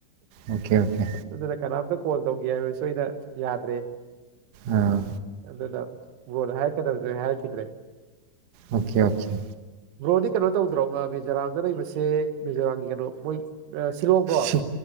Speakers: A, on the right; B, on the right.
A: ꯑꯣꯀꯦ ꯑꯣꯀꯦ
B: ꯑꯗꯨꯅ ꯀꯅꯥꯝꯇ ꯀꯣꯜ ꯇꯧꯒꯦ ꯍꯥꯏꯕꯁꯨ ꯑꯩꯅ ꯌꯥꯗ꯭ꯔꯦ
A: ꯑꯝ
B: ꯑꯗꯨꯗ ꯕꯣꯗ ꯍꯥꯏꯔꯀꯗꯕꯗꯨ ꯑꯩ ꯍꯥꯏꯈꯤꯗ꯭ꯔꯦ
A: ꯑꯣꯀꯦ ꯑꯣꯀꯦ
B: ꯕ꯭ꯔꯣꯗꯤ ꯀꯩꯅꯣ ꯇꯧꯗ꯭ꯔꯣ ꯉ ꯃꯤꯖꯣꯔꯥꯝꯗ ꯂꯩꯕꯁꯦ ꯃꯤꯖꯣꯔꯥꯝꯒꯤ ꯀꯩꯅꯣ ꯃꯣꯏ ꯁꯤꯂꯣꯡ ꯂꯣ
A: ꯁꯤ